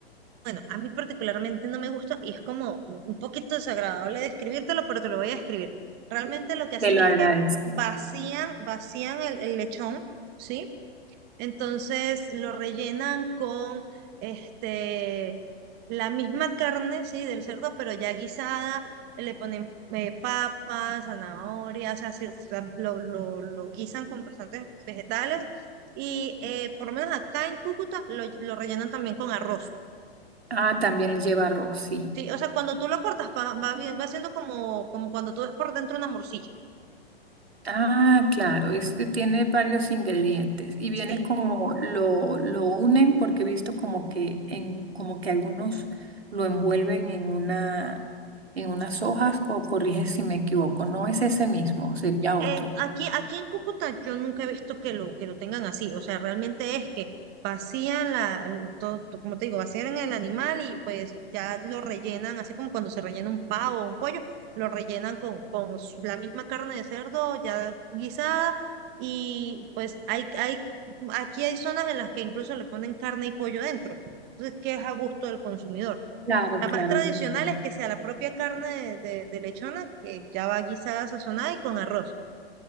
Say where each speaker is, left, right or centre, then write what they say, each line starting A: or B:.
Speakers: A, on the right; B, on the right.
A: Bueno, a mí particularmente no me gusta y es como un poquito desagradable describírtelo, pero te lo voy a describir. Realmente lo que hacen
B: Te lo
A: es
B: agradezco.
A: que vacían, vacían el, el lechón, ¿sí? Entonces lo rellenan con este, la misma carne, ¿sí? Del cerdo, pero ya guisada, le ponen eh, papas, zanahorias, o sea, sí, o sea, lo, lo, lo guisan con bastantes vegetales y eh, por lo menos acá en Cúcuta lo lo rellenan también con arroz.
B: Ah, también lleva arroz, sí.
A: Sí, o sea, cuando tú lo cortas, va, va, bien- va siendo como, como cuando tú ves por dentro una morcilla.
B: Ah, claro, es que tiene varios ingredientes y viene
A: Sí.
B: como lo, lo unen porque he visto como que en como que algunos lo envuelven en una en unas hojas o corrige si me equivoco, no es ese mismo, sería otro.
A: Eh, aquí, aquí en Cúcuta yo nunca he visto que lo, que lo tengan así. O sea, realmente es que vacían la, el- to- to- como te digo, vacían el animal y pues ya lo rellenan, así como cuando se rellena un pavo o un pollo, lo rellenan con, con su- la misma carne de cerdo ya guisada. Y pues hay, hay, aquí hay zonas en las que incluso le ponen carne y pollo dentro. Entonces, que es a gusto del consumidor.
B: Claro,
A: La
B: claro.
A: más tradicional
B: ya entendí.
A: es que sea la propia carne de, de- de lechona, que ya va guisada, sazonada y con arroz.